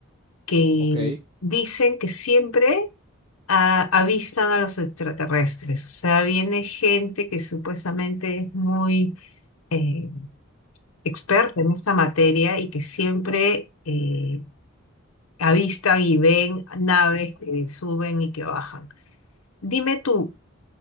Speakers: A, on the left; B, on the right.
A: que
B: Ok. <laughs> eh,
A: dicen que siempre ah, avistan a los extraterrestres. O sea, viene gente que supuestamente es muy eh, experta en esta materia y que siempre... eh, avistan y ven naves que suben y que bajan. Dime tú,